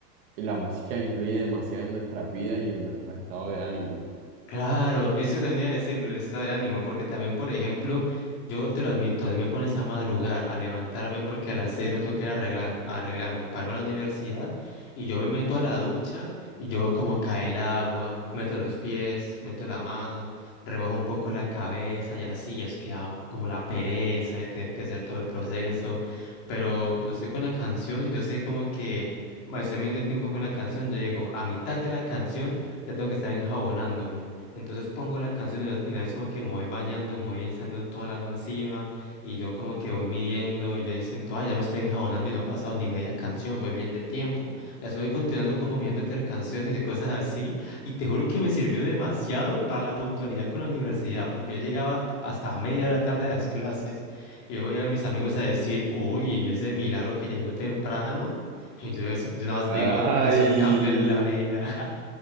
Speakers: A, on the right (about 30°); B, on the left (about 25°).
A: la música influye demasiado en nuestras vidas y en nuestro estado de ánimo.
B: Claro, eso también iba a decirlo, el estado del ánimo, porque también, por ejemplo, yo te lo admito, si me pones a madrugar, a levantarme, porque a las seis me toca ir a arreglar, a arreglarme, para irme a la universidad, y yo me meto a la ducha, y yo veo como cae el agua, meto los pies, meto la mano, remojo un poco la cabeza, y así, es que ah, como la pereza de tener que hacer todo el proceso, pero cuando estoy con la canción, y yo sé como que... ma, Estoy midiendo el tiempo con la canción, yo digo, a mitad de la canción ya tengo que estar enjabonándome. Entonces pongo la canción y no, y una vez como que me voy bañando, me voy echando toda el agua encima y yo como que voy midiendo y yo ahí siento, ay, ya me estoy enjabonando y no ha pasado ni media canción, voy bien de tiempo. Ya estoy continuando como mirando entre canciones y cosas así y te juro que me sirvió demasiado para la puntualidad con la universidad porque yo llegaba hasta media hora tarde a las clases y luego llegan mis amigos a decir, uy, ese milagro que llegó temprano. Y yo, eso- yo nada más
A: Ay.
B: digo, es un cambio en la vida.